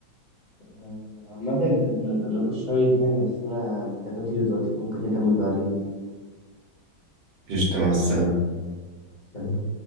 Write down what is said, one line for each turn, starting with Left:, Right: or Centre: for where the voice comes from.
Left: آه، عامة كان كان نقاش شيق يعني بس أنا محتاج أطير دلوقتي ممكن نكمل بعدين يعني
Right: قشطة مع السلامة
Left: سلام